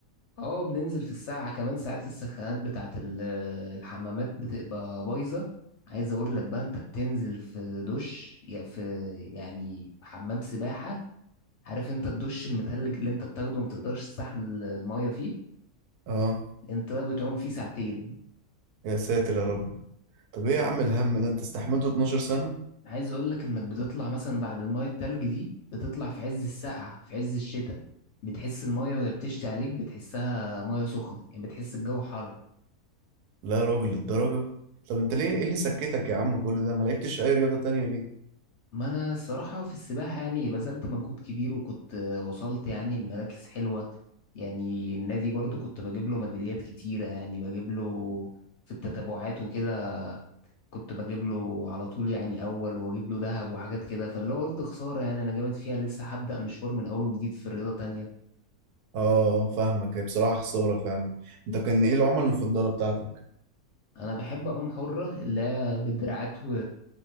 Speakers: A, on the left; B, on the right.
A: اه بننزل في الساعة كمان ساعات السخانات بتاعت ال- الحمامات بتبقى بايظة عايز اقول لك بقى انت بتنزل في دش يا في يعني حمام سباحة عارف انت الدش المتلج اللي انت بتاخده ما بتقدرش تستحمل المية فيه
B: آه
A: انت بقى بتعوم فيه ساعتين
B: يا ساتر يا رب، طب إيه يا عم الهم ده أنت استحملته 12 سنة؟
A: عايز اقول لك انك بتطلع مثلا بعد المية التلج دي بتطلع في عز السقعة في عز الشتاء بتحس المية وهي بتشتي عليك بتحسها مية سخنة يعني بتحس الجو حر
B: لا يا راجل للدرجة طب انت ليه ايه اللي سكتك يا عم كل ده ما لعبتش اي رياضة تانية ليه
A: ما انا الصراحة في السباحة يعني بذلت مجهود كبير وكنت آه، وصلت يعني لمراكز حلوة يعني النادي برضو كنت بجيب له ميداليات كتيرة يعني بجيب له في التتابعات وكده كنت بجيب له على طول يعني اول واجيب له ذهب وحاجات كده فاللي هو قلت خسارة يعني انا جامد فيها لسه هبدأ مشوار من اول وجديد في رياضة تانية
B: اه فاهمك هي بصراحة خسارة فعلا انت كان ايه العمى المفضلة بتاعتك
A: انا بحب اعوم حرة اللي هي بدراعات و...